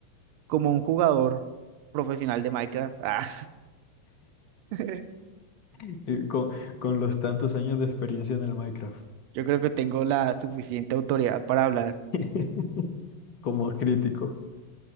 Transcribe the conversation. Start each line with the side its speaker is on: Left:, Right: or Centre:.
Right: como un jugador profesional de Minecraft. Ah, <laughs>
Left: <laughs> con, con los tantos años de experiencia en el Minecraft
Right: yo creo que tengo la suficiente autoridad para hablar
Left: <laughs> como crítico?